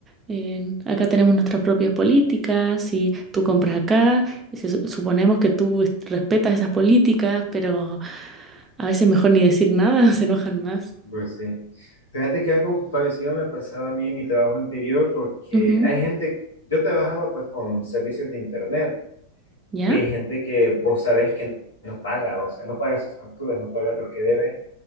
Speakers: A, on the right; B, on the left.
A: en- acá tenemos nuestras propias políticas, si tú compras acá, se su- suponemos que tú est- respetas esas políticas, pero a veces mejor ni decir nada, <laughs> se enojan más.
B: Pues sí. Fíjate que algo parecido me pasaba a mí en mi trabajo anterior porque
A: Ujú.
B: hay gente, yo trabajaba pues con servicios de internet
A: ¿Ya?
B: y hay gente que vos sabés que no paga, o sea, no paga sus facturas, no paga lo que debe